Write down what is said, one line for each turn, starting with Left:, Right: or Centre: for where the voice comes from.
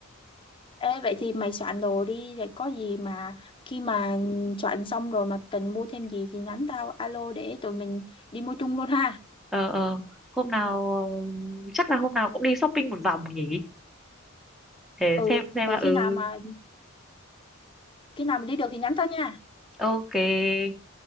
Left: ê vậy thì mày soạn đồ đi rồi có gì mà khi mà soạn xong rồi mà cần mua thêm gì thì nhắn tao alo để tụi mình đi mua chung luôn ha
Centre: ờ ờ hôm nào ờ, chắc là hôm nào cũng đi shopping một vòng nhỉ để
Left: ừ
Centre: xem xem
Left: rồi
Centre: là
Left: khi
Centre: ừ
Left: nào mà khi nào mình đi được thì nhắn tao nha
Centre: ok